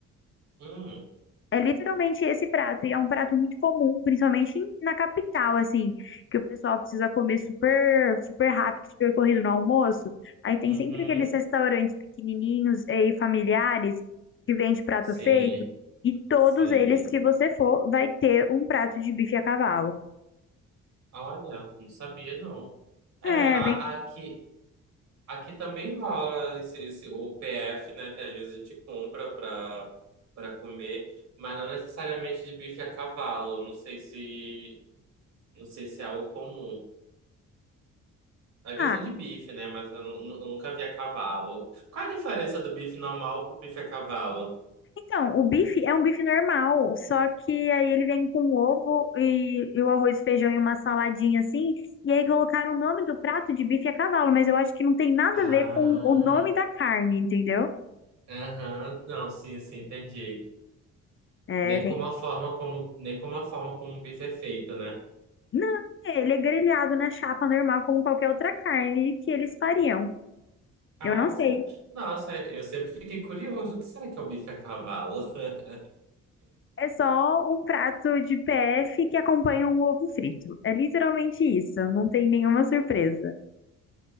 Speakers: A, on the right; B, on the left.
A: Hum,
B: É literalmente esse prato, e é um prato muito comum, principalmente em- na capital, assim, que o pessoal precisa comer super, super rápido, super corrido no almoço. Aí tem
A: uhum.
B: sempre aqueles restaurantes pequenininhos eh, e familiares que vende prato
A: Sim,
B: feito, e todos
A: sim.
B: eles que você for vai ter um prato de bife a cavalo.
A: Olha, não sabia não. É,
B: É,
A: a-
B: bem.
A: aqui, aqui também rola esse, esse- o PF, né? que Às vezes a gente compra pra, pra comer, mas não necessariamente de bife a cavalo. Não sei se, não sei se é algo comum. Às vezes
B: ah,
A: vende bife, né? Mas eu, nu- nu- eu nunca vi a cavalo. Qual a diferença do bife normal pro bife a cavalo?
B: Então, o bife é um bife normal, só que aí ele vem com ovo e, e o arroz, feijão e uma saladinha assim. E aí colocaram o nome do prato de bife a cavalo, mas eu acho que não tem nada
A: Ah,
B: a ver com o nome da carne, entendeu?
A: aham, Não, sim, sim, entendi.
B: É,
A: Nem
B: tem...
A: como a forma como, nem como a forma como o bife é feito, né?
B: Não, ele é grelhado na chapa normal, como qualquer outra carne que eles fariam. Eu
A: Ah,
B: não sei.
A: sabe? Nossa, eu sempre fiquei curioso. O que será que é o bife a cavalo? <laughs>
B: É só um prato de PF que acompanha um ovo frito. É literalmente isso, não tem nenhuma surpresa.